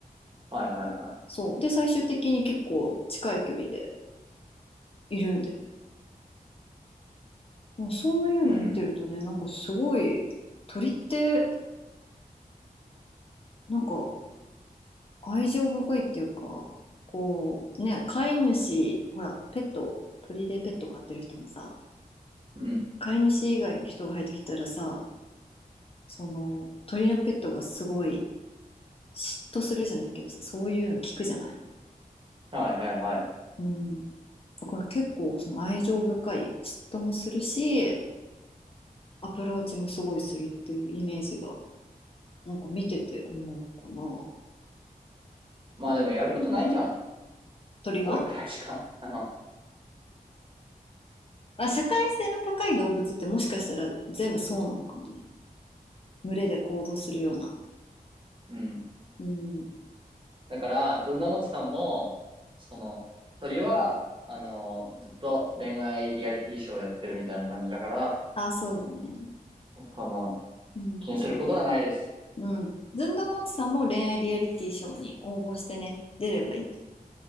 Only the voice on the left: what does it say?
そう。で、最終的に結構近い距離でいるんだよね。もうそういうの見てるとね、
なんかすごい鳥ってなんか愛情深いっていうか、こうね、飼い主、ほら、ペット、鳥でペット飼ってる人もさ、
飼い主以外の人が入ってきたらさ、その鳥のペットがすごい嫉妬するじゃないけどさ、そういうの聞くじゃない。
うん。だから結構その愛情深い嫉妬もするし、アプローチもすごいするっていうイメージが、なんか見てて思うかな。
鳥が
あ、社会性の高い動物ってもしかしたら全部そうなのかもね。群れで行動するような。
うん。
あ、そうだね。
うん。
うん。ずんどうもちさんも恋愛リアリティショーに応募してね、出ればいい。